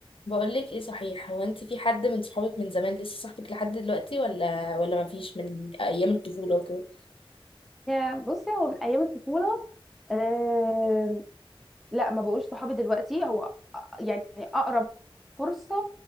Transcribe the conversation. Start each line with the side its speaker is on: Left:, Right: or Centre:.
Left: بقولك ايه صحيح هو انت في حد من صحابك من زمان لسه صاحبك لحد دلوقتي ولا ولا ما فيش من ايام الطفولة وكده
Centre: يا بصي هو من ايام الطفوله آم، لا ما بقوش صحابي دلوقتي هو أ- يعني اقرب فرصه